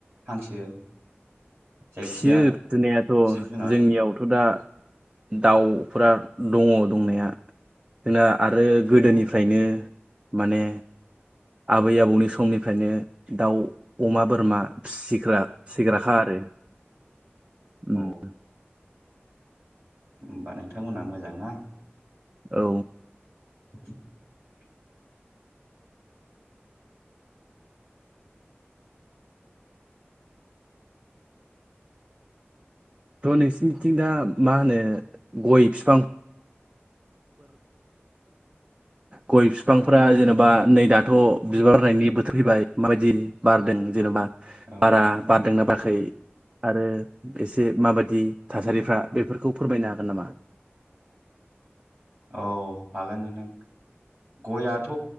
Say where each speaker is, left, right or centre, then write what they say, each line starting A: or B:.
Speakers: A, on the right; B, on the right.
A: हांसो जायखिया
B: फिसियो फिसिनायाथ'
A: जिब जुनार
B: जोंनियावथ' दा दाउ फोरा दङ दंनाया जोंना आरो गोदोनिफ्रायनो
A: औ
B: माने आबै आबौनि समनिफ्रायनो दाउ अमा बोरमा फिसिग्रा फिसिग्राखा आरो उम
A: औ होमबा नोंथांमोनहा मोजां ना?
B: औ
A: <inaudible>
B: थ' नोंसिरनिथिं दा मा होनो गय फिफां गय फिफांफ्रा जेनेबा नै दाथ' बिबार होनायनि बोथोर फैबाय माबायदि बारदों जेनेबा
A: औ
B: बारा बारदोंना बाराखै आरो एसे माबायदि थासारिफ्रा बेफोरखौ फोरमायनो हागोन नामा?
A: <unintelligible> औ हागोन नोंथां गयाथ'